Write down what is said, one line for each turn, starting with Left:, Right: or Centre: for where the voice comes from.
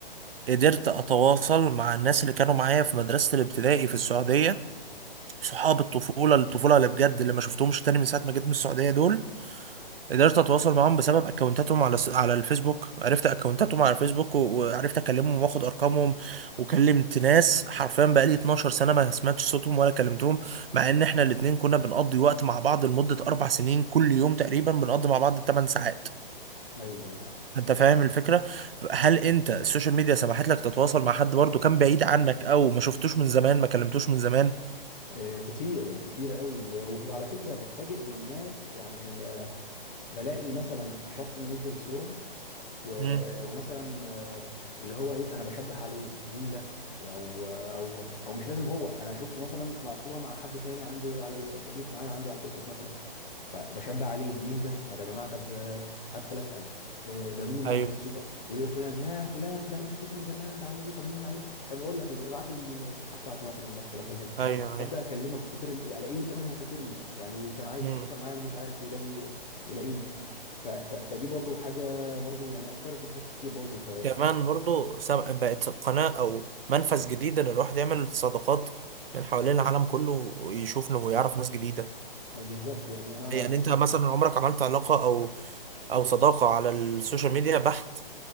Right: قدرت اتواصل مع الناس اللي كانوا معايا في مدرسة الابتدائي في السعودية صحاب الطفولة الطفولة اللي بجد اللي ما شفتهمش تاني من ساعة ما جيت من السعودية دول قدرت اتواصل معاهم بسبب اكونتاتهم على س- على الفيسبوك عرفت اكونتاتهم على الفيسبوك و- وعرفت اكلمهم واخد ارقامهم وكلمت ناس حرفيا بقالي 12 سنه ما سمعتش صوتهم ولا كلمتهم مع ان احنا الاتنين كنا بنقضي وقت مع بعض لمده اربع سنين كل يوم تقريبا بنقضي مع بعض 8 ساعات
Left: ايوه
Right: انت فاهم الفكره هل انت السوشيال ميديا سمحت لك تتواصل مع حد برضه كان بعيد عنك او ما شفتوش من زمان ما كلمتوش من زمان
Left: آه، كتير كتير قوي و- وعلى فكره بتفاجئ بالناس يعني آه، بلاقي مثلا شخص منزل صورة و...
Right: امم
Left: ومثلا آه، اللي هو ايه انا بشبه عليه مين ده او او او مش لازم هو انا شفته مثلا مع صورة مع حد تاني عندي على الصديق معايا عندي على الفيسبوك مثلا فبشبع عليه مين ده طب يا جماعه طب آه، ادخل اسال آه، ده مين اللي
Right: ايوه
Left: معاك في الصوره يقول لي ده فلان يا فلان ده انا ما شفتوش من زمان ده عامل ايه طمني عليه طب اقول لك إيه، ابعت لي الصفحه بتاعته مثلا لما ادخل اكلمه
Right: ايوه
Left: فابدا اكلمه افتكر إن- الاقيه كمان هو فاكرني يعني وكان عايز
Right: ايوه
Left: يتواصل معايا ومش عارف يلاقي يلاقيني ف... ف... فدي برضو حاجه برضو يعني اثرت مسافات كتير برضو ف
Right: كمان برضو سب- بقت قناة أو منفذ جديد إن الواحد يعمل صداقات من حوالين العالم كله ويشوف إنه يعرف ناس جديدة
Left: بالظبط يعني انا
Right: يعني
Left: هحكي
Right: أنت مثلا عمرك عملت علاقة أو أو صداقة على السوشيال ميديا بحت